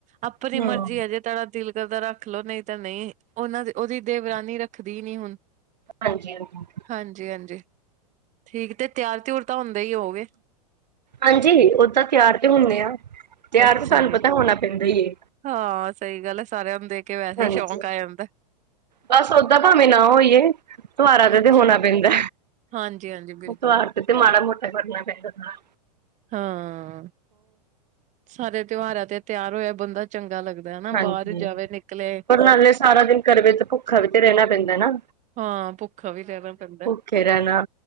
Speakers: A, on the right; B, on the right.
A: ਆਪਣੀ
B: ਹਮ
A: ਮਰਜ਼ੀ ਹੈ। ਜੇ ਤੁਹਾਡੇ ਦਿਲ ਰ ਦਾ ਰੱਖ ਲਓ, ਨਹੀਂ ਤਾਂ ਨਹੀਂ। ਉਹਨਾਂ ਦੀ ਉਹਦੀ ਦੇਵਰਾਨੀ, ਰੱਖਦੀ ਨੀ ਹੁਣ।
B: ਹਾਂਜੀ- ਹਾਂਜੀ।
A: ਹਾਂਜੀ- ਹਾਂਜੀ। ਠੀਕ ਤੇ, ਤਿਆਰ ਤਿਰ ਤਾਂ ਹੁੰਦੇ ਹੀ ਹੋਗੇ।
B: ਹਾਂਜੀ, ਔ ਦਾਂ ਤਿਆਰ ਤੇ ਹੁੰਦੇ ਆਾਂ। ਤਿਆਰ
A: ਅੱਛਾ
B: ਤੇ ਤੁਹਾਨੂੰ
A: ਜੀ
B: ਪਤਾ ਹੋਣਾ ਪੈਂਦਾ ਹੀ।
A: ਹਾਂ, ਸਹੀ ਗੱਲ ਹੈ। ਸਾਰਿਆਂ ਨੂੰ ਦੇਖ ਕੇ, ਵੈਸੇ
B: ਹਾਂਜੀ
A: ਹੀ ਸ਼ੌਂਕ ਆ ਜਾਂਦਾ ਹੈ।
B: ਬਸ ਓਦਾਂ, ਭਾਵੇਂ ਨਾ ਹੋਈਏ। ਤਆਰਾ ਤੇ
A: ਅੱਛਾ
B: ਤਾ, ਹੋਣਾ
A: ਜੀ
B: ਪੈਂਦਾ
A: ਹਾਂਜੀ ਹਾਂਜੀ ਬਿਲਕੁਲ
B: ਤਿਆਾਰ। ਤੇ ਮੜਾ ਮੋਟਾ ਕਰਨਾ ਪੈਂਦਾ ਨਾ।
A: ਹਾਂ, ਸਾਰੇ ਤਿਉਹਾਰਾਂ ਤੇ, ਤਿਆਰ ਹੋਇਆ। ਬੰਦਾ ਚੰਗਾ ਲੱਗਦਾ। ਹਨਾ
B: ਹਾਂਜੀ,
A: ਬਾਹਰ ਜਾਵੇ ਨਿਕਲੇ
B: ਪਰ ਨਾਲੇ ਸਾਰਾ ਦਿਨ, ਕਰਵੇ ਤੇ ਭੁੱਖਾ ਵੀ ਤੇ ਰਹਿਣਾ ਪੈਂਦਾ ਨਾ।
A: ਹਾਂ। ਭੁੱਖਾ ਵੀ ਕਹਿਣਾ ਪੈਂਦਾ।
B: ਭੁੱਖੇ ਰਹਿਣਾ।